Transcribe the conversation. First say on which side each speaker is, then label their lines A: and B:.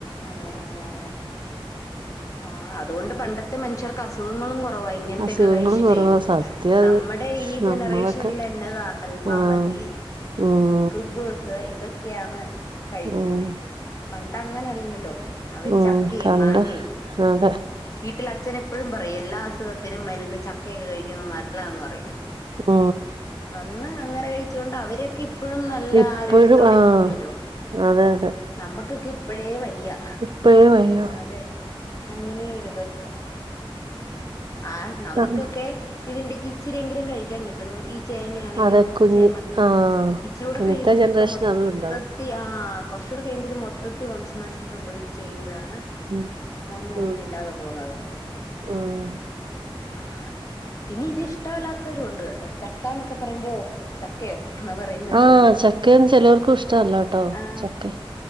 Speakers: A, on the left; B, on the right.
A: അതെ അതെ അതെ ആ അതുകൊണ്ട് പണ്ടത്തെ മനുഷ്യർക്ക് അസ് അസുഖങ്ങളും കുറവാ ഇങ്ങനത്തെ
B: അസുഖങ്ങളും
A: ഒക്കെ കഴിച്ചിട്ടേ
B: കുറവാ സത്യം അത്
A: നമ്മുടെ ഈ ജനറേഷനിൽ
B: നമ്മളൊക്കെ
A: എന്നത് ആഹ് അൽഫാം
B: ആഹ്
A: മന്തി
B: ഉം
A: കുബൂസ് ഇതക് ഒക്കെയാണ് കഴിക്കുന്നത്
B: ഉം
A: പണ്ടങ്ങനല്ലല്ലോ അവര്
B: ഉം
A: ചക്കയും
B: കണ്ട്
A: മാങ്ങയും
B: അതെ
A: വീട്ടിൽ അച്ഛൻ എപ്പോഴും പറയും എല്ലാ അസുഖത്തിനും ത്തിരിനും മരുന്ന് ചക്കയൊക്കെ കഴിക്കുന്നത് നല്ലാന്ന് പറയും.
B: ഓ
A: അന്ന് അങ്ങനെ കഴിച്ചേ കൊണ്ട് അവരൊക്കെ ഇപ്പോഴും നല്ല
B: ഇപ്പോഴും
A: ആരോഗ്യത്തോടെ
B: ആഹ്
A: ഇരിക്കൂല്ലോ
B: അതെ അതെ
A: നമ്മക്കൊക്കെ ഇപ്പഴേ വയ്യ
B: ഇപ്പഴേ വയ്യ
A: അതെ അങ്ങനെയൊരിതുണ്ട് ആഹ് നമുക്കൊക്കെ
B: കാരണം
A: ഇതിന്റെ ഇച്ചിരിയെങ്കിലും കഴിക്കാൻ കി ഈ ചേനയാണെങ്കലും
B: അതെ കുഞ്ഞ്
A: ചേമ്പ ആണേലും
B: ആഹ്
A: ഇച്ചില കൂടെ
B: ഇന്നത്തെ
A: കഴിയുമ്പോ ഇതൊക്കെ
B: ജനറേഷൻ
A: മൊത്തത്തിൽ
B: അതും ഉണ്ടാവും
A: ആഹ് കുറച്ചകൂടെ കഴിയുമ്പോ ഇത് മൊത്തത്തി വംശനാശം സംഭവി ച്ചയ്യും മ്പഴാണ്
B: ഉം
A: ഒന്നും ഒന്നും
B: ഉം
A: ഇല്ലാതെ പോകുന്നത്.
B: ഉം
A: ആഹ് പിന്നെ ഇത് ഇഷ്ടമല്ലാത്തവരും ഉണ്ട് കേട്ടോ ചക്ക എന്നൊക്കെ പറയുമ്പോ ഓ ചക്കയോ എന്ന് പറയുന്നവരും
B: ആഹ്
A: ഉണ്ട്
B: ചക്കന്ന് ചെലവർക്കും ഇഷ്ടല്ലോട്ടോ
A: ആ
B: ചക്ക